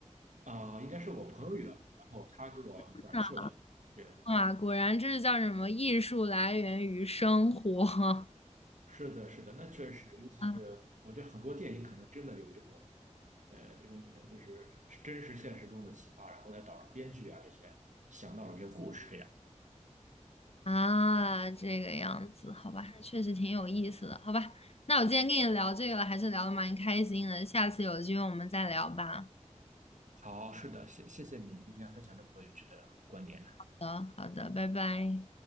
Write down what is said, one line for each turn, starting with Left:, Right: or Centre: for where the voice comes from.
Right: 啊、应该是我朋友遇到的，然后他给我转述的。
Left: <laughs> 啊，
Right: 对，
Left: 哇果然这是叫什么？艺术来源于生活 <laughs>
Right: 是的，是的，那确实，尤其是我觉得很多电影可能真的有这种，
Left: 啊
Right: 呃，这种呃就是真实现实中的启发，然后再导致编剧啊这些想到了一个故事这样。
Left: 啊，这个样子，好吧，确实挺有意思的，好吧。那我今天跟你聊这个了，还是聊的蛮开心的，下次有机会我们再聊吧。
Right: 好，是的，谢谢谢你今天分享这么多有趣的观点。
Left: 好的好的，拜拜。